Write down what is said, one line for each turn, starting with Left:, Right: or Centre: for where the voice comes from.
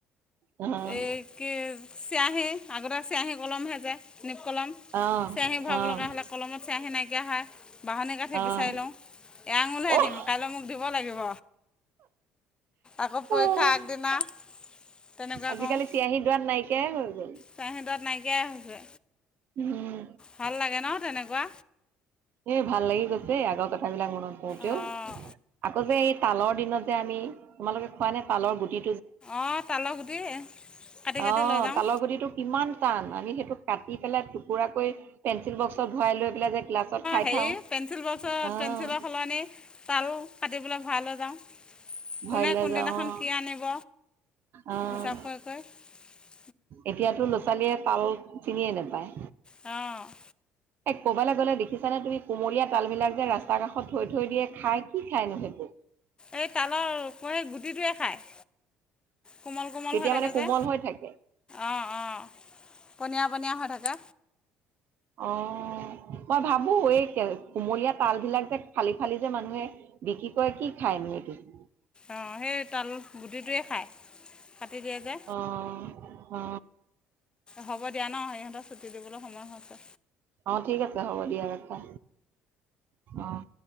Right: অ', অ',
Left: এই কি চিয়াহী। আগতে চিয়াহী কলম হে যে নিপ কলম,
Right: অ',
Left: চেয়হী ভৰাব লগা হ'লে কলমত চিয়াহী নাইকিয়া হয়। বঢ়নি কাঠি
Right: অ',
Left: বিচাৰি লওঁ, এয়াঙুলহে
Right: অহ,
Left: দিম কাইলৈ মোক দিব লাগিব। আকৌ পৰীক্ষা
Right: অ',
Left: আগদিনা তেনেকুৱা
Right: আজিকালি
Left: কৰোঁ।
Right: চিয়াহী দোৱাত নাইকিয়াই হৈ গ'ল।
Left: তাই হাতত নাইকিয়াই হৈছে।
Right: উম,
Left: ভাল লাগে ন তেনেকুৱা।
Right: এ, ভাল লাগি গৈছে আগৰ কথাবিলাক মনত পৰোঁতেও
Left: অঁ
Right: আকৌ যে এ তালৰ দিনত যে আমি তোমালোকে খোৱা নে তালৰ গুটি?
Left: অ', তালৰ গুটি। কাটি কাটি
Right: অ',
Left: লৈ যাওঁ
Right: তালৰ গুটিটো কিমান টান, আমি সেইটো কাটি পেলাই টুকুৰা কৰি পেঞ্চিল বক্সত। ভৰাই লৈ পেলাই যে ক্লাছত খাই।
Left: হেৰি
Right: থাও
Left: পেঞ্চিল বক্সত
Right: অ',
Left: পেঞ্চিলৰ সলনি তাল কাটি পেলাই ভৰাই লৈ যাওঁ।
Right: ভৰাই
Left: কোনে
Right: লৈ
Left: কোনদিনাখন
Right: যাওঁ অ',
Left: কি আনিব,
Right: অ',
Left: হিচাপ কৰি, কৰি।
Right: এতিয়াতো ল'ৰা ছোৱালীয়ে তাল চিনিয়ে নাপায়।
Left: অ'।
Right: এ, ক'বালে গ'লে দেখিছা নে তুমি কমলীয়া তাল বিলাক যে ৰাস্তা কাষত থৈ, থৈ দিয়ে খাই কি খাইনো সেইটো?
Left: এই তালৰ সেই গুটিটোৱে খায়। কোমল, কোমল
Right: তেতিয়া
Left: হৈ থাকে
Right: মানে কোমল
Left: যে
Right: হৈ থাকে
Left: অ', অ', পনীয়া, পনীয়া হৈ থাকে।
Right: অ'। মই ভাবোঁ, এই কুমলীয়া তাল বিলাক যে ফালি, ফালি যে মানুহে বিক্ৰী কৰে কি খায়। <unintelligible>
Left: অ', সেই তাল গুটিটোৱে খায় কাটি দিয়ে যে।
Right: অ অ
Left: হ'ব দিয়া ন, সিহঁতৰ ছুটি দিবলৈ সময় হৈছে।
Right: অ', ঠিক আছে হ'ব দিয়া ৰাখা অ'।